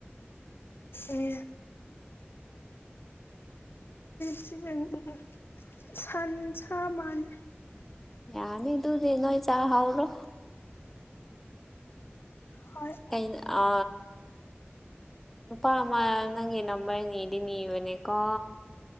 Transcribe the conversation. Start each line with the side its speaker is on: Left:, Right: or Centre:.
Left: ꯑꯦ ꯁꯤ ꯎꯝ ꯎ ꯁꯟꯁꯥ ꯃꯥꯅꯦ
Centre: ꯌꯥꯅꯤ ꯑꯗꯨꯗꯤ ꯅꯣꯣꯏ ꯆꯥ ꯍꯧ꯭ꯔꯣ
Left: ꯍꯣꯏ
Centre: ꯀ ꯑ ꯄꯥ ꯑꯃ ꯅꯪꯦ ꯅꯝꯕꯔꯅꯤꯅꯤ ꯏꯅꯦꯀꯣ